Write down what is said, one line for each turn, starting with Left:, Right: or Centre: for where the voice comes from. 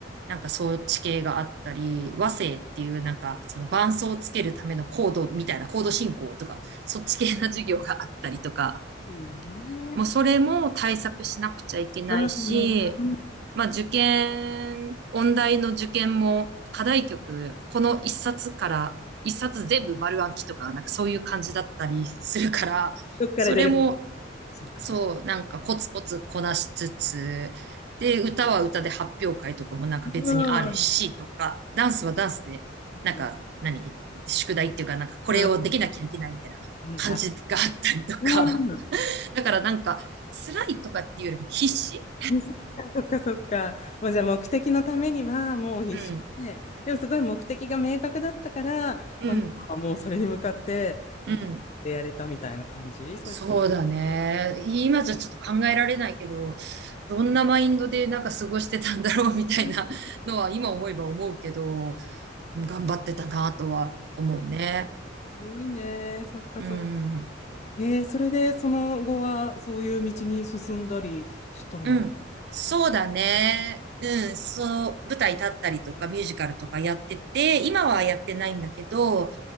Right: なんか装置系があったり、和声っていう、なんか、その伴奏をつけるためのコードみたいな、コード進行とか、そっち系な授業があったりとか、
Left: いいねうんね。
Right: もうそれも対策しなくちゃいけないし、
Left: うんうん
Right: まあ、受験、音大の受験も課題曲、この一冊から一冊全部丸暗記とか、なんかそういう感じだったりするから、
Left: どっから出るか。
Right: それも、
Left: そうか。
Right: そう、
Left: そうか
Right: なんかコツコツこなしつつ、で、歌は歌で発表会とかもなんか別にあるし、
Left: うん
Right: とか、ダンスはダンスで、
Left: うん。
Right: なんか、何、宿題っていうか、なんかこれをできなきゃいけないみたいな感じがあったりとか。
Left: うんはいはい。うん。
Right: だからなんか、辛いとかっていうよりも必死
Left: うんそっか <laughs> そっかそっか。もうじゃあ目的のためにはもう必死で、
Right: うん、
Left: でもすごい目的が明確だったから、
Right: うん、
Left: まあ、皆さんはもうそれに向かって、なんかやれたみたいな感じそうしたら。
Right: うん。そうだね。今じゃちょっと考えられないけど、どんなマインドでなんか過ごしてたんだろうみたいなのは今思えば思うけど、
Left: うん
Right: うん頑張ってたなとは思うね。
Left: すごいね。そっかそっか。
Right: うん。
Left: えーそれでその後はそういう道に進んだりしたの
Right: うん。そうだね。うん。そう、舞台立ったりとかミュージカルとかやってて、今はやってないんだけど、